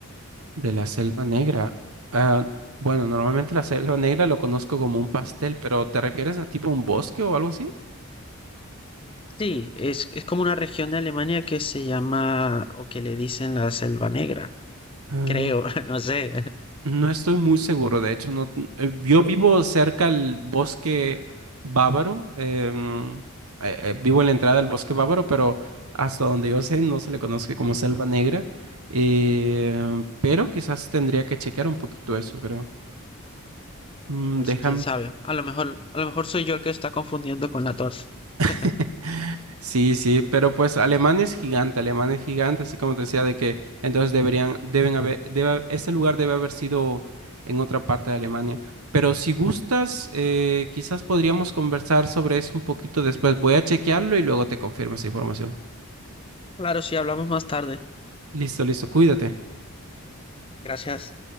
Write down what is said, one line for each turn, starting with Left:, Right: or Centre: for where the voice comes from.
Right: De la Selva Negra. ah, bueno, normalmente la Selva Negra lo conozco como un pastel, pero ¿te refieres a tipo un bosque o algo así?
Left: Sí, es, es como una región de Alemania que se llama o que le dicen la Selva Negra,
Right: Ah,
Left: creo, <laughs> no sé.
Right: no estoy muy seguro, de hecho, no, eh, yo vivo cerca al bosque bávaro, em, eh, eh, vivo en la entrada del bosque bávaro, pero hasta donde yo sé no se le conoce como Selva Negra, eh, pero quizás tendría que chequear un poquito eso, creo. Mm,
Left: Pues
Right: déjame.
Left: quién sabe, a lo mejor, a lo mejor soy yo el que está confundiendo con la torta.
Right: <laughs>
Left: <laughs>
Right: Sí, sí, pero pues Alemania es gigante, Alemania es gigante, así como te decía, de que entonces deberían, deben haber, debe, ese lugar debe haber sido en otra parte de Alemania. Pero si gustas, eh, quizás podríamos conversar sobre eso un poquito después. Voy a chequearlo y luego te confirmo esa información.
Left: Claro, sí, hablamos más tarde.
Right: Listo, listo, cuídate.
Left: Gracias.